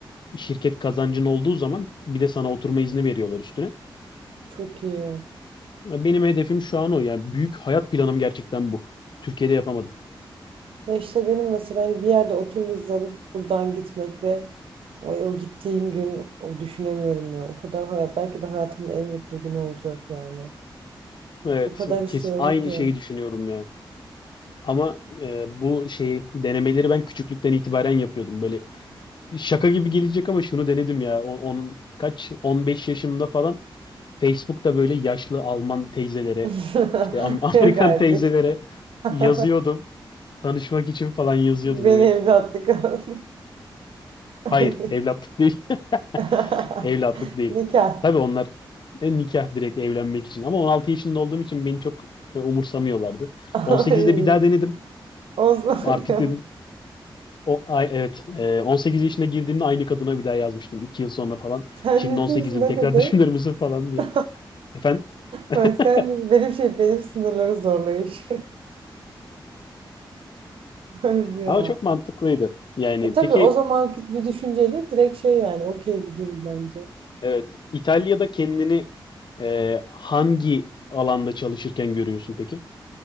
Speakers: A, on the left; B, on the right.
A: şirket kazancın olduğu zaman bir de sana oturma izni veriyorlar üstüne.
B: çok iyi.
A: Benim hedefim şu an o. Yani büyük hayat planım gerçekten bu. Türkiye'de yapamadım.
B: Ya işte benim mesela hani bir yerde otur vize alıp buradan gitmek ve ay o gittiğim gün o düşünemiyorum ya. O kadar hayat, belki de hayatımın en mutlu günü olacak yani.
A: Evet,
B: O kadar istiyorum
A: kes aynı
B: ki.
A: şeyi düşünüyorum ya. Ama e, bu şeyi denemeleri ben küçüklükten itibaren yapıyordum. Böyle şaka gibi gelecek ama şunu denedim ya. O- Onun kaç 15 yaşımda falan Facebook'ta böyle yaşlı Alman teyzelere,
B: <laughs>
A: işte Am- <laughs> Amerikan
B: Yok artık.
A: teyzelere
B: <laughs>
A: yazıyordum. Tanışmak için falan yazıyordum
B: Beni
A: evet.
B: evlatlık al. <laughs> Ay.
A: Hayır, evlatlık değil.
B: <laughs>
A: <laughs> Evlatlık değil.
B: Nikah.
A: Tabii onlar e, nikah direkt evlenmek için. Ama 16 yaşında olduğum için beni çok e, umursamıyorlardı.
B: Ay.
A: 18'de bir daha denedim.
B: Osman
A: Artık
B: ya.
A: dedim o ay evet e, 18 yaşında girdiğimde aynı kadına bir daha yazmıştım 2 yıl sonra falan.
B: Sen
A: Şimdi
B: ciddi
A: 18'im
B: misin? Ne
A: tekrar
B: dedi?
A: <laughs> düşünür müsün falan diye.
B: <laughs>
A: Efendim? <laughs>
B: Ay sen benim şey benim sınırları zorlayış. <laughs> Ay ya.
A: Ama çok mantıklıydı. Yani
B: E tabii
A: peki
B: o zamanki bir düşünceyle direkt şey yani okey bir durum bence.
A: evet İtalya'da kendini e, hangi alanda çalışırken görüyorsun peki?